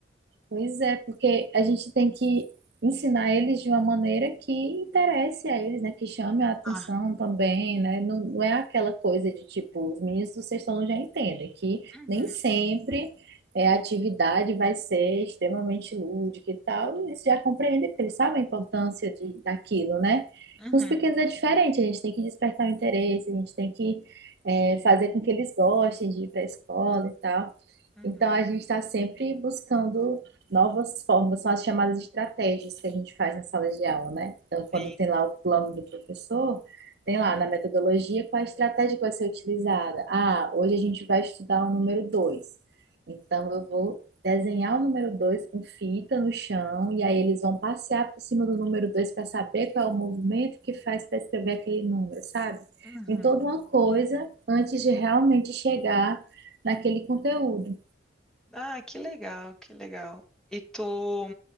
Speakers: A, on the right (about 60°); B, in the centre.
A: Pois é, porque a gente tem que ensinar eles de uma maneira que interesse a eles, né? Que chame a atenção
B: Ah,
A: também, né? Não, não é aquela coisa de tipo, os meninos do sexto ano já entendem que
B: uhum,
A: nem sempre é, a atividade vai ser extremamente lúdica e tal. E eles já compreendem, porque eles sabem a importância de, daquilo, né?
B: uhum,
A: Com os pequenos é diferente, a gente tem que despertar o interesse, a gente tem que é, fazer com que eles gostem de ir para a escola e tal.
B: uhum,
A: Então, a gente está sempre buscando novas formas, são as chamadas estratégias que a gente faz na sala de aula, né? Então, quando
B: sim,
A: tem lá o plano do professor, tem lá na metodologia qual a estratégia que vai ser utilizada. Ah, hoje a gente vai estudar o número 2. Então, eu vou desenhar o número 2 com fita no chão, e aí eles vão passear por cima do número 2 para saber qual é o movimento que faz para escrever aquele número, sabe?
B: uhum.
A: Tem toda uma coisa antes de realmente chegar naquele conteúdo.
B: Ah, que legal, que legal. E tu,